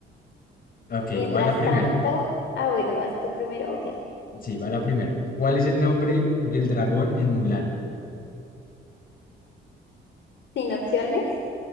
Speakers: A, on the left (about 45°); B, on the left (about 70°).
A: Ok,
B: mientras
A: va la primera.
B: tanto, ah, bueno, vas tú primero, ok.
A: Sí, va la primera. ¿Cuál es el nombre del dragón en Mulan?
B: Sin opciones.